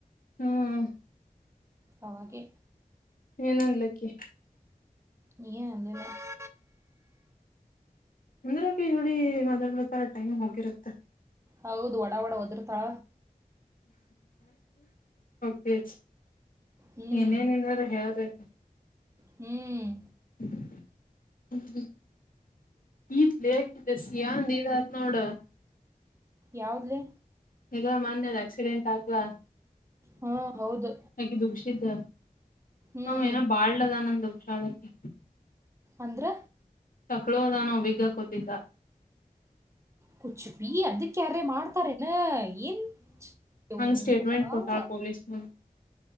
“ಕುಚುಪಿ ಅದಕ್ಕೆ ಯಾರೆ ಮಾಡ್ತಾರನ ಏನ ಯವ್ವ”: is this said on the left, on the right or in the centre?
Right